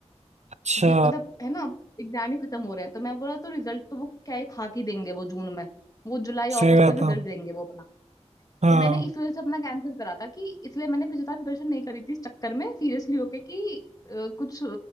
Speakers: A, on the right; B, on the left.
A: अच्छा
B: डे- मतलब है ना एग्जाम ही खत्म हो रहे हैं तो मैं बोला तो रिजल्ट तो वो क्या है खा के देंगे वो जून में वो जुलाई
A: सही
B: अगस्त
A: बात
B: तक रिजल्ट
A: है
B: देंगे वो अपना
A: हाँ
B: तो मैंने इस वजह से अपना कैंसिल करा था कि इसलिए मैंने पिछली साल प्रिपरेशन नहीं करी थी इस चक्कर में सीरियसली होके कि अ, कुछ अ,